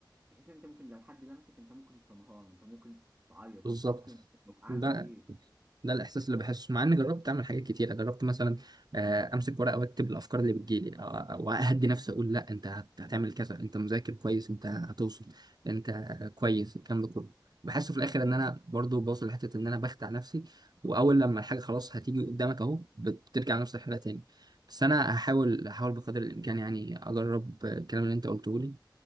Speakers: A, on the right; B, on the right.
A: بحيث ان انت ممكن لو حد لمسك انت ممكن تنهار انت ممكن تعيط
B: بالظبط
A: انت ممكن طب اعمل
B: ده
A: ايه
B: ده الاحساس اللي
A: فاهم
B: بحسه مع اني جربت اعمل حاجات كتيره جربت مثلا آه، امسك ورقه واكتب الافكار اللي بتجيلي آه، آه، واهدي نفسي اقول لا انت هت- هتعمل كذا انت مذاكر كويس انت هتوصل انت كويس الكلام ده كله بحس في الاخر ان انا برضو بوصل لحته ان انا بخدع نفسي واول لما الحاجه خلاص هتيجي قدامك اهو بترجع لنفس الحاله تاني بس انا هحاول هحاول بقدر الامكان يعني اجرب الكلام اللي انت قلته لي